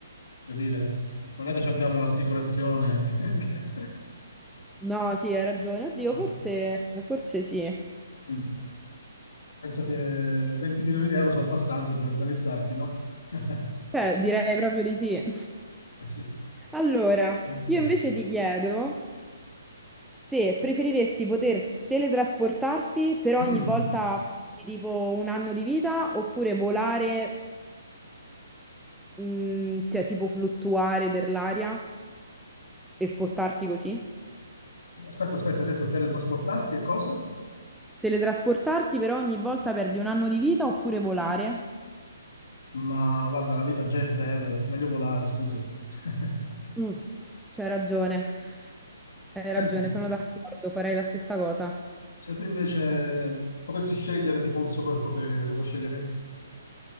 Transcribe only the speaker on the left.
voglio dire, non è che ci abbiamo l'assicurazione. <laughs> che-
Ah,
Mm. Penso che 20 milioni di euro sono abbastanza per organizzarti, no? <laughs>
Sì.
Ok.
Mm.
Aspetta, aspetta, hai detto teletrasportarti e cosa?
Ma guarda, la vita già è breve, meglio volare, scusa. <laughs>
Senti,
se tu invece potessi scegliere tipo un superpotere, cosa sceglieresti?